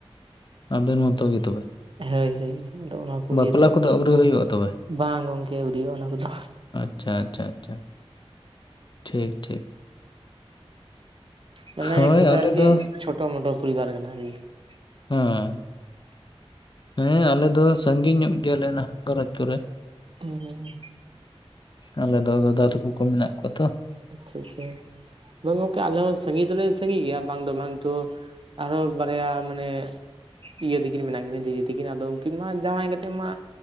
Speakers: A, on the left; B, on the right.
A: ᱟᱵᱮᱱ ᱢᱚᱛᱚ ᱜᱮ ᱛᱚᱵᱮ᱾
B: ᱦᱳᱭ ᱦᱳᱭ ᱟᱫᱚ ᱚᱱᱟ ᱠᱚ
A: ᱵᱟᱯᱞᱟ
B: ᱤᱭᱟᱹᱛᱮ ᱟᱨᱠᱤ
A: ᱠᱚᱫᱚ ᱟᱹᱣᱨᱤ ᱦᱩᱭᱩᱜᱼᱟ ᱛᱚᱵᱮ
B: ᱵᱟᱝ ᱜᱚᱢᱠᱮ ᱟᱹᱣᱩᱨᱼᱟ ᱚᱱᱟ ᱠᱚᱫᱚ᱾
A: ᱟᱪᱪᱷᱟ ᱟᱪᱪᱷᱟ ᱟᱪᱪᱷᱟ ᱴᱷᱤᱠ ᱴᱷᱤᱠ᱾
B: ᱢᱟᱱᱮ
A: ᱦᱳᱭ
B: ᱠᱚᱛᱷᱟ
A: ᱟᱞᱮ
B: ᱟᱨᱠᱤ
A: ᱫᱚ
B: ᱪᱷᱳᱴᱳ ᱢᱳᱴᱳ ᱯᱚᱨᱤᱵᱟᱨ ᱠᱟᱱᱟ ᱟᱨᱠᱤ᱾ <unintelligible>
A: ᱦᱮᱸ ᱦᱮᱸ ᱟᱞᱮ ᱫᱚ ᱥᱟᱺᱜᱤᱧ ᱧᱚᱜ ᱜᱮᱭᱟᱞᱮ ᱱᱟᱦᱟᱜ ᱜᱷᱟᱨᱚᱸᱡᱽ ᱠᱚᱨᱮ᱾
B: ᱦᱩᱸ ᱦᱩᱸ
A: ᱟᱞᱮ ᱫᱚ ᱫᱟᱫᱟ ᱛᱟᱠᱚ ᱠᱚ ᱢᱮᱱᱟᱜ ᱠᱚᱣᱟ ᱛᱚ᱾
B: ᱟᱪᱪᱷᱟ ᱟᱪᱪᱷᱟ ᱵᱟᱝ ᱜᱚᱝᱠᱮ ᱟᱞᱮ ᱦᱚᱸ ᱥᱟᱺᱜᱤᱧ ᱫᱚᱞᱮ ᱥᱟᱺᱜᱤᱧ ᱜᱮᱭᱟ ᱵᱟᱝ ᱫᱚ ᱵᱟᱝ ᱛᱚ᱾ ᱟᱨᱚᱦᱚᱸ ᱵᱟᱨᱭᱟ ᱢᱟᱱᱮ᱾ ᱤᱭᱟᱹ ᱛᱟᱹᱠᱤᱱ ᱢᱮᱱᱟᱜ ᱠᱤᱱᱟᱹ ᱫᱤᱫᱤ ᱛᱟᱠᱤᱱ ᱟᱫᱚ ᱩᱱᱠᱤᱱ ᱢᱟ ᱡᱟᱶᱟᱭ ᱠᱟᱛᱮᱫ ᱢᱟ᱾